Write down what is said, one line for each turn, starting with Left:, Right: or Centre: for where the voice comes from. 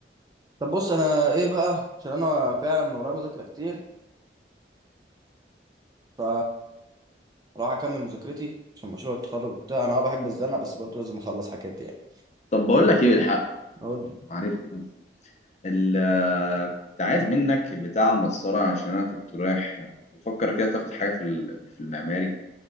Right: طب بص أنا إيه بقى عشان أنا فعلا ورايا مذاكرة كتير ف راح أكمل مذاكرتي عشان مشروع التخرج وبتاع أنا أه بحب الزنقة بس برضه لازم أخلص حاجات يعني
Left: طب بقول لك ايه بالحق
Right: قول لي
Left: معلش بس ال- كنت عايز منك بتاع المسطرة عشان انا كنت رايح بفكر كده تاخد حاجة في ال- في المعماري